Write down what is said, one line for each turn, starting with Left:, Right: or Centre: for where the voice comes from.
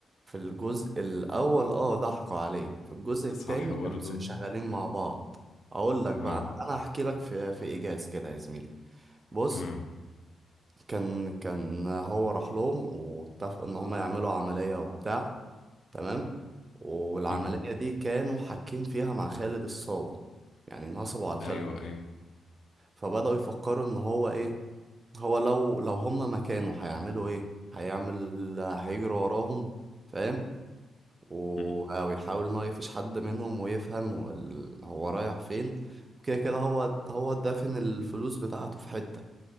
Right: في الجزء الاول اه ضحكوا عليه في الجزء التاني
Left: صح برضه
Right: كانوا شغالين مع بعض اقول لك
Left: مم.
Right: بقى انا انا هحكي لك في في ايجاز كده يا زميلي بص
Left: مم.
Right: كان كان هو راح لهم واتفقوا ان هم يعملوا عملية وبتاع تمام والعملية
Left: مم.
Right: دي كانوا حاكين فيها مع خالد الصاوي يعني نصبوا على خالد
Left: أيوه أيوه
Right: فبدأوا يفكروا ان هو ايه هو لو لو هم مكانه هيعملوا ايه هيعمل هيجري وراهم فاهم و...
Left: مم.
Right: او يحاول ان هو يقفش حد منهم ويفهم وال- هو رايح فين وكده كده هو هو دافن الفلوس بتاعته في حتة